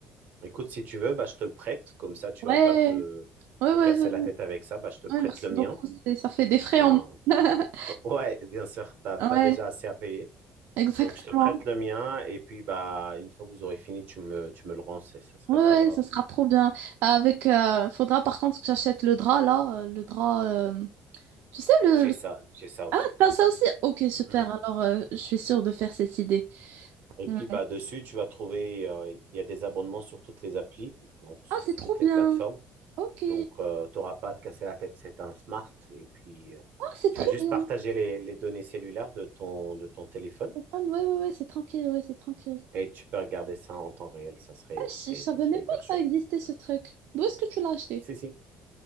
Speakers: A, on the right; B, on the right.
A: Écoute, si tu veux, bah, je te le prête. Comme ça, tu
B: Ouais,
A: vas pas te,
B: ouais,
A: te
B: ouais,
A: casser
B: ouais, ouais,
A: la tête avec ça. Bah, je te prête
B: ouais, merci
A: le mien.
B: beaucoup. C'est- Ça fait des frais
A: Hum,
B: en moins. <laughs>
A: ouais, bien sûr, tu as
B: Ouais,
A: déjà assez à payer.
B: exactement.
A: Donc, je te prête le mien et puis, bah, une fois que vous aurez fini, tu me, tu me le rends, c'est- ça serait
B: Ouais, ouais,
A: pas grave.
B: ce sera trop bien. Avec, euh, faudra par contre que j'achète le drap là, euh, le drap. euh, Tu sais le,
A: J'ai
B: le-
A: ça, j'ai ça aussi.
B: Ah, t'as ça aussi? Ok, super.
A: Mhm.
B: Alors, euh, je suis sûre de faire cette idée.
A: Et
B: Mm.
A: puis, bah, dessus, tu vas trouver, euh, il y a des abonnements sur toutes les applis, donc sur
B: Ah, c'est trop
A: toutes les
B: bien.
A: plateformes.
B: Ok.
A: Donc, euh, tu n'auras pas à te casser la tête, c'est un smart. Et puis, euh,
B: Ah, c'est
A: tu
B: trop
A: vas juste
B: bien.
A: partager les, les données cellulaires de ton, de ton téléphone
B: Ah, ouais, ouais, ouais, c'est tranquille, ouais, c'est tranquille.
A: et tu peux regarder ça en temps réel, ça serait,
B: Ah, je,
A: et
B: je savais
A: ça serait
B: même
A: hyper
B: pas que
A: chouette.
B: ça existait, ce truc. D'où est-ce que tu l'as acheté?
A: Si, si.